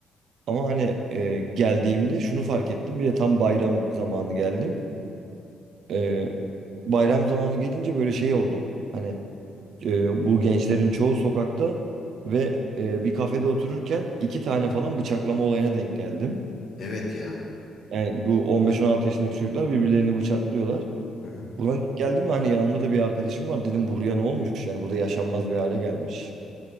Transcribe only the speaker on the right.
Ama hani e, geldiğimde şunu fark ettim. Bir de tam bayram zamanı geldim. Ee, bayram zamanı gelince böyle şey oldum. Hani e, bu gençlerin çoğu sokakta ve e, bir kafede otururken iki tane falan bıçaklama olayına denk geldim.
Yani bu 15-16 yaşındaki çocuklar birbirlerini bıçaklıyorlar.
Buna denk geldim mi hani yanımda da bir arkadaşım var. Dedim buraya ne olmuş? Yani burada yaşanmaz bir hale gelmiş.